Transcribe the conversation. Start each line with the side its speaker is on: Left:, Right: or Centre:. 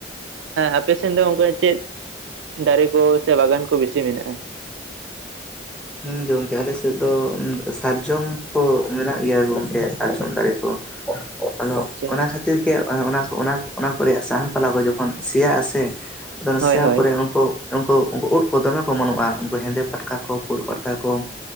Right: ᱟᱯ ᱥᱮᱱ ᱫᱚ ᱚᱱᱠᱟ ᱪᱮᱫ ᱫᱟᱨᱮ ᱠᱚ ᱥᱮ ᱵᱟᱜᱟᱱ ᱠᱚ ᱵᱤᱥᱤ ᱢᱮᱱᱟᱜᱼᱟ
Centre: ᱦᱮᱸ ᱜᱚᱝᱠᱮ ᱟᱞᱮᱥᱮᱫ ᱫᱚ ᱥᱟᱨᱡᱚᱢ ᱠᱚ ᱢᱮᱱᱟᱜ ᱜᱮᱭᱟ ᱜᱚᱝᱠᱮ ᱥᱟᱨᱡᱚᱢ ᱫᱟᱨᱮ ᱠᱚ <unintelligible> ᱟᱫᱚ
Right: ᱟᱪᱪᱷᱟ
Centre: ᱚᱱᱟ ᱠᱷᱟᱹᱛᱤᱨ ᱜᱮ ᱚᱱᱮ ᱚᱱᱟ ᱚᱱᱟ ᱠᱚᱨᱮ ᱥᱟᱦᱟᱱ ᱯᱟᱞᱟ ᱠᱚ ᱡᱚᱠᱷᱚᱱ ᱥᱮᱭᱟᱜ ᱟᱥᱮ
Right: ᱦᱳᱭ
Centre: ᱥᱮᱭᱟ
Right: ᱦᱳᱭ
Centre: ᱯᱚᱨᱮ ᱩᱱᱠᱩ ᱩᱱᱠᱩ ᱩᱱᱠᱩ ᱩᱫ ᱠᱚ ᱫᱚᱢᱮ ᱠᱚ ᱢᱟᱹᱱᱩᱜᱼᱟ ᱩᱱᱠᱩ ᱦᱮᱸᱫᱮ ᱯᱷᱟᱴᱠᱟ ᱠᱚ ᱯᱩᱲ ᱯᱟᱴᱠᱟ ᱠᱚ